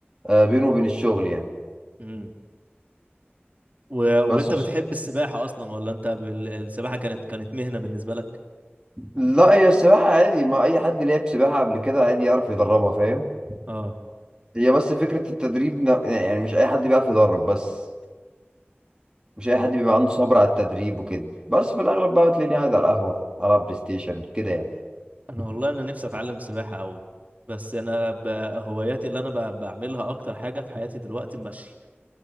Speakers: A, on the right; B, on the right.
A: آه، بينه وبين الشغل يعني
B: امم و... وانت
A: بس
B: بتحب السباحة اصلا ولا انت بال... السباحة كانت كانت مهنة بالنسبة لك
A: لا هي السباحة عادي ما أي حد لعب سباحة قبل كده عادي يعرف يدربها فاهم
B: اه
A: هي بس فكرة التدريب ن- يعني مش أي حد بيعرف يدرب بس مش أي
B: وال...
A: حد بيبقى عنده صبر على التدريب وكده بس في الأغلب بقى تلاقيني قاعد على القهوة ألعب بلاي ستيشن كده يعني
B: انا والله انا نفسي اتعلم سباحة قوي بس انا ب... هواياتي اللي انا ب... بعملها اكتر حاجة في حياتي دلوقتي المشي